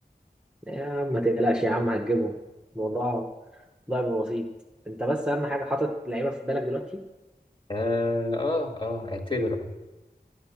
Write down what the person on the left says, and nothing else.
آه آه آه اعتبر آه